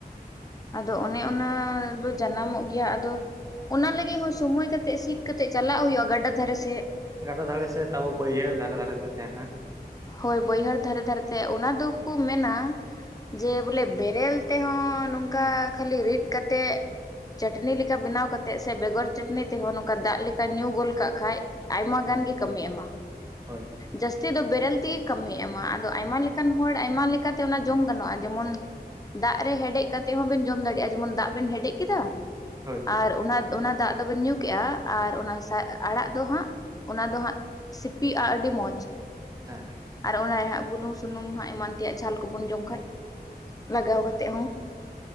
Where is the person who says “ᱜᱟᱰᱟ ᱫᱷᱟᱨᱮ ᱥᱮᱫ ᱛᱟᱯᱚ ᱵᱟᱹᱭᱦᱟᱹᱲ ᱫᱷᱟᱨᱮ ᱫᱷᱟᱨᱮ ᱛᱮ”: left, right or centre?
Right